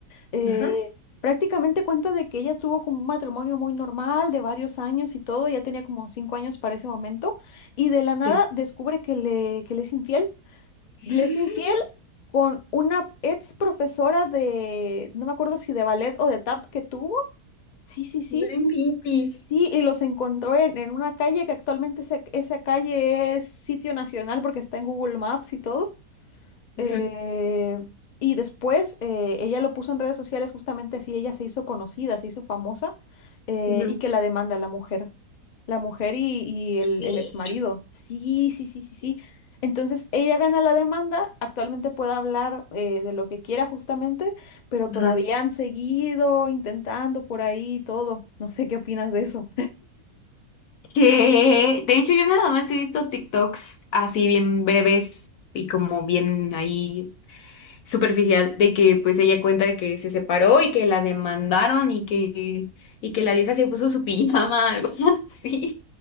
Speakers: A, on the left (about 80°); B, on the left (about 65°).
A: Eh,
B: Ajá.
A: prácticamente cuenta de que ella tuvo como un matrimonio muy normal de varios años y todo, ya tenía como cinco años para ese momento, y de la nada
B: Sí.
A: descubre que le, que le es infiel,
B: <gasps>
A: le es infiel con una ex profesora de, no me acuerdo si de ballet o de tap que tuvo. Sí, sí, sí.
B: No inventes.
A: Sí, y los encontró en, en una calle que actualmente esa, esa calle es sitio nacional porque está en Google Maps y todo. Eh,
B: Ujú,
A: y después eh, ella lo puso en redes sociales justamente así, ella se hizo conocida, se hizo famosa eh,
B: ujú.
A: y que la demanda la mujer, la mujer y, y el,
B: Bien.
A: el ex marido. Sí, sí, sí, sí, sí. Entonces ella gana la demanda, actualmente puede hablar eh, de lo que quiera justamente, pero todavía
B: <laughs>
A: han seguido intentando por ahí y todo. No sé qué opinas de eso.
B: Que de hecho yo nada más he visto TikToks así bien breves y como bien ahí superficial de que pues ella cuenta de que se separó y que la demandaron y que y que la vieja se puso su <laughs> pijama, algo así.